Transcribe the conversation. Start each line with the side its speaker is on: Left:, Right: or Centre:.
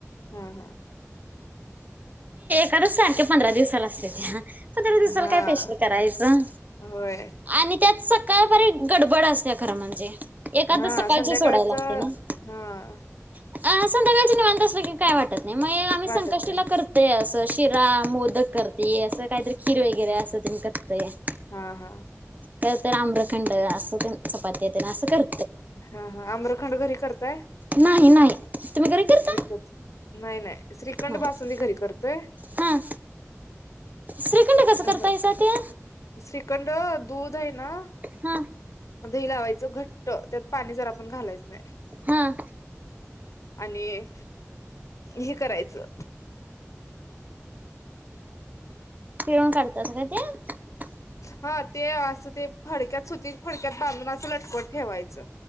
Left: हा हा
Right: दरोज सारख्या पंधरा दिवसाला असत्याता दिवसाल
Left: हा
Right: काय पेशल करायचं
Left: होय
Right: आणि त्यात सकाळपारी गडबड असत्या खरं म्हणजे एकादस
Left: हा
Right: सकाळची
Left: संध्याकाळच
Right: सोडायला लागते ना
Left: हं
Right: अ संध्याकाळच निवांत असलं कि काय वाटत नाही म हे आमी
Left: वाटत
Right: संकष्टीला
Left: नाही
Right: कर हे असं शिरा, मोदक करते असं कायतर खीर वगैरे अस तेन कर <unintelligible>
Left: हा हा
Right: तर तर आम्रखंड असं चपात्या तेन असं कर
Left: हा हा. आम्रखंड घरी करताय?
Right: नाही नाही तुम्ही घरी करता?
Left: विकत नाही नाही श्रीखंड,
Right: नाही
Left: बासुंदी घरी कर तर.
Right: हा श्रीखंड कसं
Left: आ
Right: करतायसा ते?
Left: श्रीखंड. दूध हाय ना.
Right: हा
Left: दही लावायचं घ त त्यात पाणी जरा पण घालायचं नाही.
Right: हा
Left: आणि हे करायचं.
Right: पिळून काढ तसं काय ते
Left: हा. ते असं ते फडक्यात सुती फडक्यात बांधून असं लटकवत ठेवायचं.